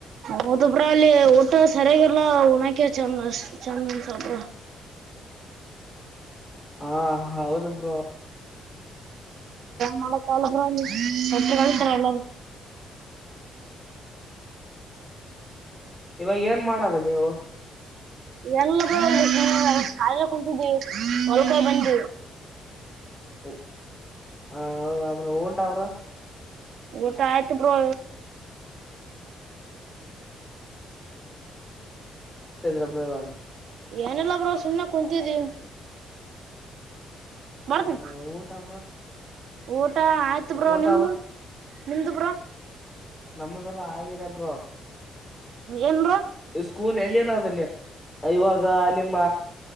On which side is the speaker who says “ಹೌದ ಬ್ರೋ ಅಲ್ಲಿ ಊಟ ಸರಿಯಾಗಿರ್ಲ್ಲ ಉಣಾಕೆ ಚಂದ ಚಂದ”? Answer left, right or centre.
Right